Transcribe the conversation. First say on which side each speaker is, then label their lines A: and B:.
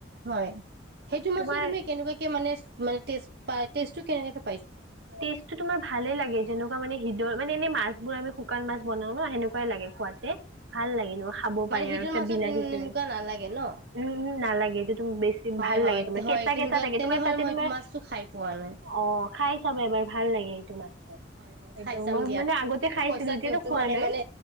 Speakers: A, on the right; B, on the right.
A: হয় সেইটো
B: তোমাৰ
A: মাছো তুমি কেনেকুৱাকে মানে মানে তেজ পাই টেষ্টো কেনেকে
B: টেষ্টটো তোমাৰ ভালে লাগে যেনেকুৱা মানে হৃদৰ মানে এনে মাছ বোৰ আমি শুকান মাছ বন ন সেনেকুৱাই লাগে খুৱতে ভাল লাগে ন খাব
A: মানে
B: পাৰি
A: সিটোৰ
B: আৰু এ
A: মাছত
B: বিলাহী চিলাই
A: তেনেকুৱা নালাগে ন
B: উম উম নালাগে এইটো তম বেছি
A: হয়
B: ভাল
A: হয়
B: লাগে তোমাক
A: হয়
B: কেঁচা
A: তেনেকুৱা
B: কেঁচা থাকে
A: তেনেহলে
B: তোমাৰ তাতে
A: মই
B: তোমাৰ
A: এইটো মাছটো খাই পোৱা নাই
B: অ খাই চাব এবাৰ ভাল লাগে এইটো মাছ
A: হয় হয়
B: সটো
A: খাই চাম
B: মই
A: দিয়া
B: মানে আগতে
A: তুমি
B: খাইছিলো
A: কৈছা
B: এতিয়াতো
A: যিহেতু
B: খোৱা
A: মানে
B: নাই
A: মানে